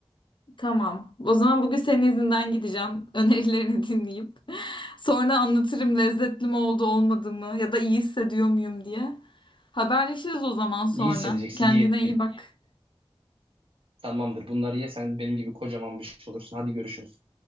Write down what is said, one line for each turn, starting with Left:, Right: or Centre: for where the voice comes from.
Left: Tamam. O zaman bugün senin izinden gideceğim. Önerilerini dinleyip. <laughs> Sonra anlatırım lezzetli mi oldu olmadı mı ya da iyi hissediyor muyum diye. Haberleşiriz o zaman sonra.
Right: İyi hissedeceksin.
Left: Kendine
Right: iyi.
Left: iyi bak.
Right: Tamamdır. Bunları yesen benim gibi kocaman bir şey olursun. Hadi görüşürüz.